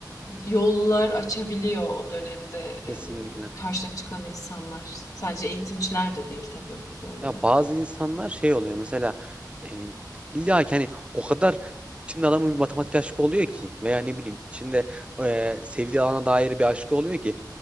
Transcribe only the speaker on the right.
kesinlikle.
Ya bazı insanlar şey oluyor mesela e, illa ki hani o kadar içinde adamın bir matematik aşkı oluyor ki veya ne bileyim içinde e, sevdiği alana dair bir aşkı oluyor ki